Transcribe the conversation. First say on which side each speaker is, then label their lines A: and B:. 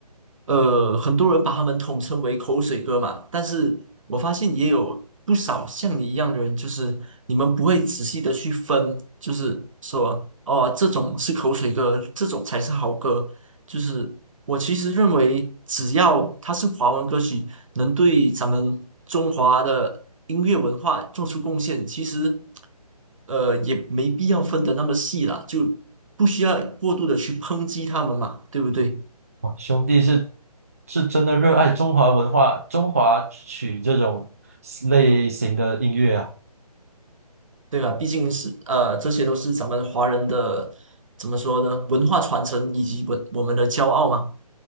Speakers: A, on the right; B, on the right.
A: 呃，很多人把他们统称为口水歌嘛，但是我发现也有不少像你一样的人，就是你们不会仔细的去分，就是说哦，这种是口水歌，这种才是好歌。就是我其实认为，只要它是华文歌曲，能对咱们中华的音乐文化做出贡献，其实呃也没必要分得那么细了，就不需要过度的去抨击他们嘛，对不对？
B: 哇，兄弟是是真的热爱中华文化、中华曲这种类型的音乐啊。
A: 对吧？毕竟是呃，这些都是咱们华人的怎么说呢？文化传承以及我我们的骄傲嘛。